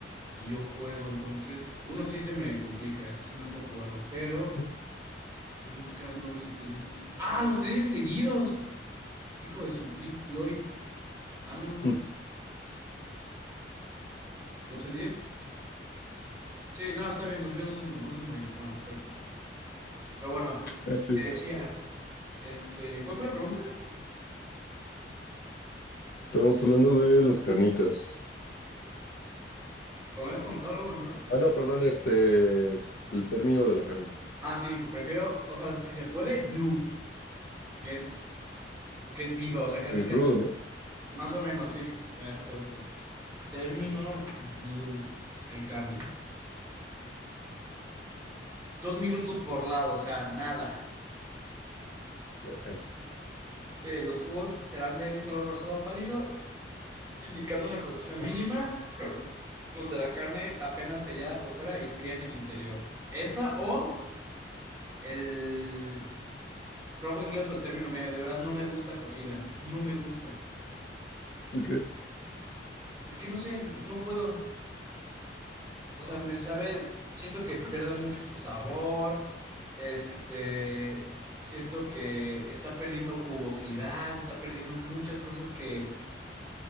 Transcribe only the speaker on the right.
y yo juego, entonces uno sí se me complica, este sí no puedo jugarlo, pero
estoy buscando a ver si tenemos... ¡Ah, los tienen seguidos! Hijo de su Pink Floyd. Ah, no, no es
cierto. doce 10 Sí, no, está bien, los míos no se, mo- no se modificaron, perfecto. Pero bueno,
te decía, este, ¿cuál fue la pregunta?
¿O me habías preguntado algo, no?
Ah, sí, prefiero, o sea, si se puede, blue, que es, que es viva, o sea, casi,
casi,
más o menos, sí. Me deja, te busco. Término blue en carne. Dos minutos por lado, o sea, nada.
Ve, los jugos serán de un color rosado pálido, indicando una cocción mínima. donde la carne apenas sellada por fuera y fría en el interior. Esa o el rojo inglés o el término medio. De verdad, no me gusta cocida. No me gusta.
Es que no sé, no puedo. O sea, me sabe, siento que pierde mucho su sabor. Este, siento que está perdiendo jugosidad, está perdiendo muchas cosas que,